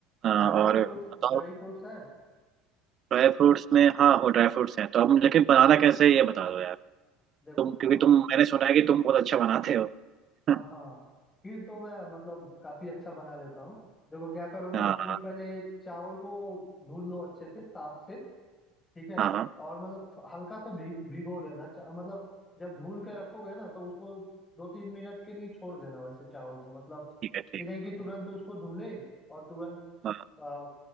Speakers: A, on the right; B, on the left.
A: हाँ
B: ड्राई
A: और
B: फ्रूट्स
A: बताओ
B: ड्राई फ्रूट्स है
A: ड्राई फ्रूट्स में हाँ हो ड्राई फ्रूट्स हैं तो अब लेकिन बनाना कैसे है, ये बता दो यार
B: देखो
A: तुम क्योंकि
B: बहुत
A: तुम मैंने सुना है कि तुम बहुत अच्छा बनाते हो <laughs>
B: हाँ
A: हाँ
B: हाँ खीर तो मैं मतलब काफी अच्छा बना लेता हूँ देखो क्या करो ना
A: हाँ
B: कि पहले चावल को धुल लो अच्छे से साफ से ठीक है
A: हाँ हाँ,
B: और मतलब थो- हल्का सा भी, भिगो लेना चा- मतलब जब धुल के रखोगे ना तो उसको दो तीन मिनट के लिए छोड़ देना वैसे चावल को मतलब
A: ठीक है ठीक
B: ये नहीं
A: है
B: कि तुरंत उसको धुले और तुरंत
A: हाँ,
B: आ,